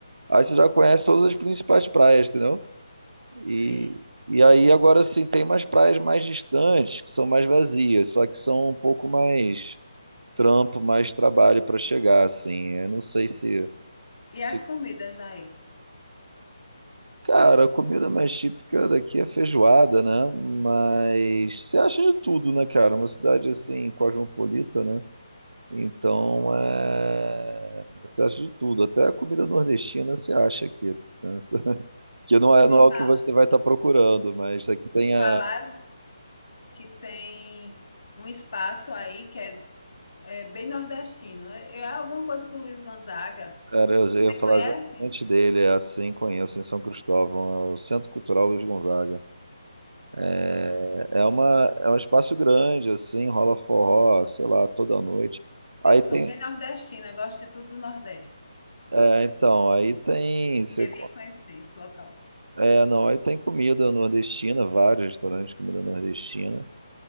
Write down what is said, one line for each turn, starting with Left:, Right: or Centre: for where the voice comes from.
Right: Aí você já conhece todas as principais praias, entendeu? E,
Left: Sim.
Right: e aí agora sim tem mais praias mais distantes, que são mais vazias, só que são um pouco mais trampo, mais trabalho para chegar, assim. Eu não sei se,
Left: E
Right: se.
Left: as comidas aí?
Right: Cara, a comida mais típica daqui é feijoada, né? Mas você acha de tudo, né, cara? Uma cidade assim, cosmopolita, né? Então, é... você acha de tudo, até a comida nordestina você acha aqui. né? <laughs> que não é,
Left: Me
Right: não é o que
Left: fa-
Right: você vai estar procurando, mas aqui tem
Left: me falaram
Right: a.
Left: que tem um espaço aí que é, é bem nordestino. É, é alguma coisa com Luiz Gonzaga.
Right: Era, eu ia
Left: Você
Right: falar
Left: conhece?
Right: exatamente dele, é assim conheço em São Cristóvão, é o Centro Cultural Luiz Gonzaga. É,
Left: Ah,
Right: é, uma, é um espaço grande, assim, rola forró, sei lá, toda noite.
Left: eu
Right: Aí
Left: sou
Right: tem.
Left: bem nordestina, gosto de tudo do Nordeste.
Right: É, então, aí tem. você
Left: Queria conhecer esse local.
Right: É, não, aí tem comida nordestina, vários restaurantes de comida nordestina.